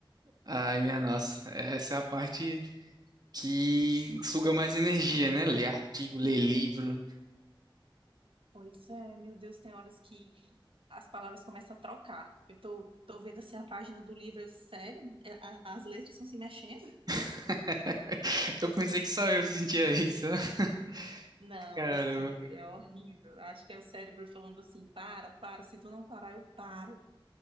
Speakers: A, on the right (about 50°); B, on the right (about 80°).
A: Ai, minha nossa, essa é a parte que suga mais energia, né? Ler artigo, ler livro.
B: Pois é, meu Deus, tem horas que as palavras começam a trocar. Eu tô, tô vendo assim a página do livro, eu, sério? É, a- As letras estão se mexendo?
A: <laughs> Eu pensei que só eu sentia isso. <laughs>
B: Não,
A: Caramba,
B: eu sinto, é horrível. Acho que é o cérebro falando assim, para, para, se tu não parar, eu paro.